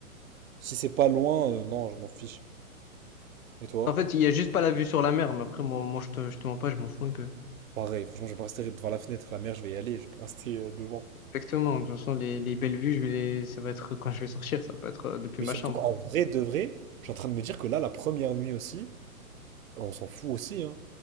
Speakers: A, on the right; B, on the left.
A: Si c'est pas loin, euh, non, je m'en fiche. Et toi?
B: En fait, il n'y a juste pas la vue sur la mer, mais après, moi, moi je te, je te mens pas, je m'en fous un peu.
A: Pareil, franchement, je vais pas rester devant la fenêtre. La mer, je vais y aller, je vais pas rester euh, devant.
B: Exactement. De toute façon, les, les belles vues, je vais les... ça va être quand je vais sortir, ça peut être euh, depuis
A: Mais
B: ma
A: surtout
B: chambre.
A: qu'en vrai de vrai, je suis en train de me dire que là, la première nuit aussi, on s'en fout aussi, hein.